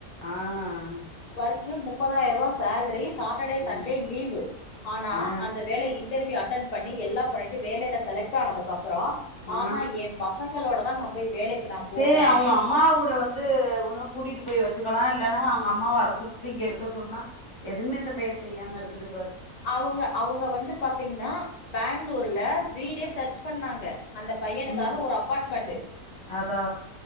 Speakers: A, on the left (about 25°); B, on the left (about 80°).
A: ஆஹ்
B: வர்க்கு முப்பதாயிர்ரூபா ஸ் சால்ரி சாட்டர்டே சண்டே
A: ம்
B: லீவு ஆனா
A: ஆ
B: அந்த வேலை இன் இண்டர்வியூ அட்டன் பண்ணி எல்லா பண்ணிட்டு வேலைல செலக்ட் ஆனதுக்கப் ப்றோ
A: ஆ
B: ஆஹா ஏ பசங்களோடப் தா நா போய் வேலைக்கு நா போவே
A: சேரி அவுங்க அம்மாவ
B: அப்டின்னு
A: கூட வந்து ஒன்னும் கூட்டிட்டு போய் வச் வச்சுக்கலா இல்லன்னா அவுங்க அம்மாவ வர சொல்லிட்டு இங்க இருக்க சொல்லா எதுவுமே அந்த பையன் செய்யாம இருக்குது பாரு
B: அவுங்க அவுங்க வந்து பாத்தீங்கன்னா பெங்களூர்ல வீடே சர்ச் பண்ணாங்க அந்த பையனுக்காக
A: ம்
B: ஒரு அப்பார்ட்மெண்ட்
A: அதா